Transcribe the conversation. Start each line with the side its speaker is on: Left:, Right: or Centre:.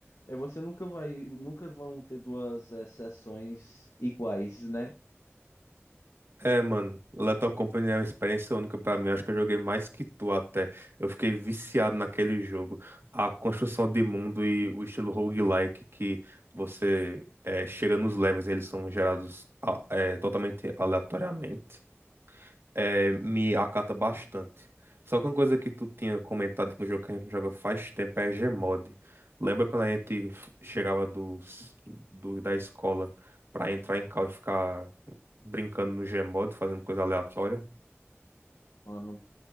Left: é você nunca vai, nunca vão ter duas eh, sessões iguais, né?
Right: É, mano, Lethal Company é uma experiência única pra mim. Acho que eu joguei mais que tu até. Eu fiquei viciado naquele jogo. A construção de mundo e o estilo roguelike que você é, chega nos levels, eles são gerados a- é, totalmente aleatoriamente. É, me acata bastante. Só que uma coisa que tu tinha comentado que no jogo que a gente joga faz tempo é Gmod. Lembra quando a gente f- chegava dos, do, da escola pra entrar em cal e ficar brincando no Gmod, fazendo coisa aleatória.
Left: Mano,